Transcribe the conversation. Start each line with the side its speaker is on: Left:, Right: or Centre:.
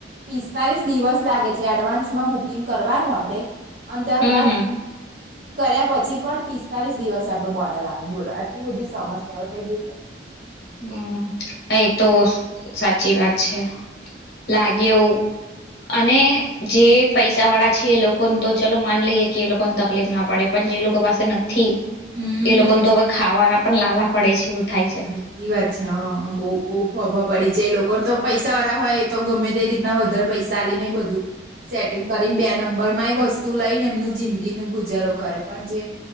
Right: પિસ્તાલીસ દિવસ લાગે છે એડવાન્સમાં બુકિંગ કરવાનું આપણે અને ત્યારબાદક
Left: હમ હમ
Right: પછી પણ પિસ્તાલીસ દિવસે આપડો બોટલ આવે બોલો એટલી બધી સમસ્યાઓ થઇ ગયઈ છે
Left: હમ એ તો સાચી વાત છે લાગે એવું અને જે પૈસા વાળા છે એ લોકોને તો ચલો માની લઈએ કે એ લોકોને તકલીફ ના પડે પણ જે લોકો પાસે નથી
Right: હમ
Left: એ લોકોને તો હવે ખાવાના પણ લાલા પડે છે થાય છે.
Right: સાચી વાત છે હા હ બહુ બહુ ફફા પડી છે એ લોકોને તો પૈસા વાળા હોય એ તો ગમે તે રીતના વધારે પૈસા આલિને નહી બધું સેટિંગ કરીને બે નંબર માં વસ્તુ લઈને એમનું જિંદગી ન ગુજારો કરે પણ જે